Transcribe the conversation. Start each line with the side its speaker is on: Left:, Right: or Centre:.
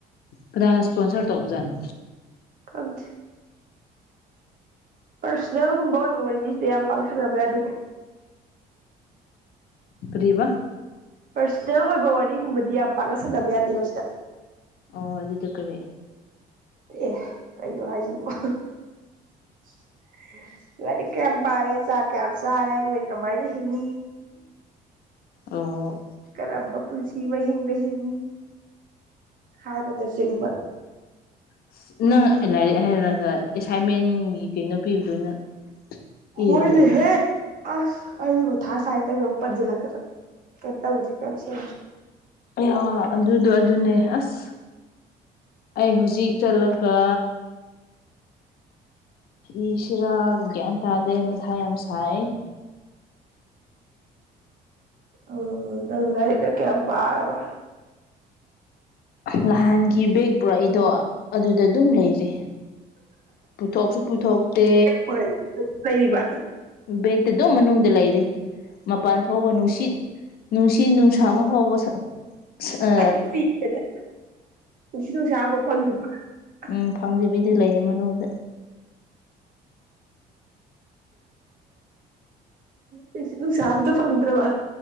Left: ꯀꯅꯥꯅꯥ ꯏꯁꯄꯣꯟꯁꯔ ꯇꯧꯕꯥꯖꯅꯣ
Right: ꯈꯪꯗꯦ ꯄꯔꯁꯅꯦꯜꯒꯨꯝꯕ ꯑꯣꯏꯕ ꯋꯥꯔꯤꯗꯤ ꯁꯤꯗ ꯌꯥꯝ ꯄꯥꯛꯅ ꯁꯟꯅꯕ ꯌꯥꯗꯦꯀꯣ
Left: ꯀꯥꯔꯤꯕꯥ
Right: ꯄꯔꯁꯅꯦꯜ ꯑꯣꯏꯕ ꯋꯥꯔꯤꯒꯨꯝꯕꯗꯤ ꯌꯥꯝ ꯄꯥꯛꯅ ꯁꯅꯕ ꯌꯥꯗꯦꯕ ꯁꯤꯗ
Left: ꯑꯣ ꯑꯗꯨꯗ ꯀꯔꯤ
Right: ꯑꯦ ꯀꯩꯅꯣ ꯍꯥꯏꯁꯤꯕꯣ <unintelligible> ꯂꯥꯏꯔꯤꯛ ꯀꯌꯥꯝ ꯄꯥꯔꯦ ꯆꯥꯛ ꯀꯌꯥꯝ ꯆꯥꯔꯦ ꯅꯣꯏ ꯀꯃꯥꯏꯅ ꯍꯤꯡꯉꯤ
Left: ꯑꯣ
Right: ꯀꯔꯝꯕ ꯄꯨꯟꯁꯤ ꯃꯍꯤꯡꯗ ꯍꯤꯡ ꯑꯣ ꯍꯥꯏꯕꯅ ꯆꯤꯡꯕ
Left: ꯑꯁ ꯅꯪ ꯂꯥꯏꯔꯤꯛ ꯍꯩꯔꯒ ꯑꯦꯁꯥꯏꯟꯃꯦꯟꯒꯤ ꯀꯩꯅꯣ ꯄꯤꯕꯗꯣ ꯅꯪ ꯏꯔꯕꯣ
Right: ꯍꯣꯏꯅꯍꯦ ꯑꯁ ꯑꯩ ꯃꯊꯥ ꯁꯥꯏ ꯅꯪꯅ ꯑꯃꯨꯛ ꯄꯟꯖꯜꯂꯛꯇꯥꯅꯥ ꯀꯩꯝ ꯇꯧꯗꯦ ꯀꯩꯝ ꯁꯦꯝꯗꯦ
Left: ꯑꯌꯥ ꯑꯗꯨꯗꯣ ꯑꯗꯨꯅꯦ ꯑꯁ ꯑꯩ ꯍꯧꯖꯤꯛ ꯆꯠꯂꯒ ꯏꯁꯤꯔꯥ ꯒ꯭ꯌꯥꯟ ꯇꯥꯗꯦ ꯃꯊꯥ ꯌꯥꯝ ꯁꯥꯏ
Right: ꯑꯣ ꯅꯪ ꯂꯩꯩꯔꯤꯛꯅ ꯀꯌꯥꯝ ꯄꯥꯔꯕ
Left: ꯅꯍꯥꯟꯒꯤ ꯕꯦꯒ ꯄꯨꯔꯥꯛ ꯏꯗꯣ ꯑꯗꯨꯗ ꯑꯗꯨꯝ ꯂꯩꯔꯦ ꯄꯨꯊꯣꯛꯁꯨ ꯄꯨꯊꯣꯛꯇꯦ
Right: ꯄꯨꯔꯛꯏ ꯂꯩꯔꯤꯕ
Left: ꯕꯦꯛꯇ ꯑꯗꯨꯝ ꯃꯅꯨꯡꯗ ꯂꯩꯔꯤ ꯃꯄꯜ ꯐꯥꯎꯕ ꯅꯨꯡꯁꯤꯠ ꯅꯨꯡꯁꯤꯠ ꯅꯨꯡꯁ ꯊꯝ ꯐꯥꯎꯕ ꯁ ꯑ
Right: ꯑꯩ ꯁꯤꯔꯦꯗ ꯅꯨꯡꯁꯤꯠ ꯅꯨꯡꯁꯥ ꯑꯝꯐꯥꯎ <unintelligible>
Left: ꯎꯝ ꯐꯪꯗꯦꯕꯤ ꯂꯩꯌꯦ ꯃꯅꯨꯡꯗ
Right: ꯅꯨꯡꯁꯤꯠ ꯅꯨꯪꯁꯥ ꯑꯃꯇꯥ ꯐꯪꯗ꯭ꯔꯕ